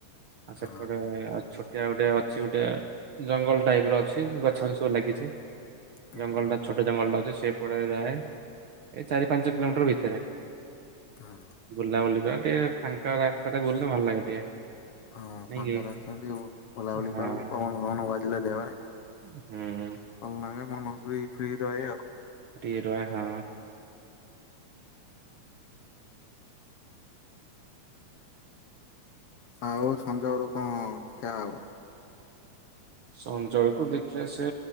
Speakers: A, on the right; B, on the left.
A: ଆଉ
B: ହଁ
A: ସେପଟେ ଆଉ ଛୋଟିଆ ଗୋଟେ ଅଛି ଗୋଟେ ଜଙ୍ଗଲ ଟାଇପ ର ଅଛି ଗଛ ଗ ଲାଗିଛି
B: ହଁ
A: ଜଙ୍ଗଲ ଟା ଛୋଟ ଜଙ୍ଗଲ ଟା ଅଛି ସେ ପଡେଇ ରାହେ ଏ ଚାରି ପାଞ୍ଚ କିଲୋମିଟର ଭିତରେ।
B: ହଁ
A: ବୁଲାବୁଲି କରି ଟିକେ ଫାଙ୍କା ରାସ୍ତାରେ ବୁଲେ ଭଲ ଲାଗେ ଟିକେ।
B: ହଁ
A: ନାଇଁ
B: ଫାଙ୍କା
A: କି
B: ରାସ୍ତାରେ ଟିକେ ବୁଲାବୁଲି
A: ହଁ
B: କଲେ ପବନ ଫବନ ବାଜିଲେ ଦେହରେ
A: ହୁଁ
B: ଭଲ ନାଗେ ମନ ଫ୍ରି ଫ୍ରି ରହେ ଆଉ।
A: ଟିକେ ରହେ ହଁ
B: ଆଉ ସଞ୍ଜ ବେଳକୁ କଣ ଖିଆ ହବ?
A: ସଞ୍ଜବେଳକୁୁ ଦେଖିବା ସେ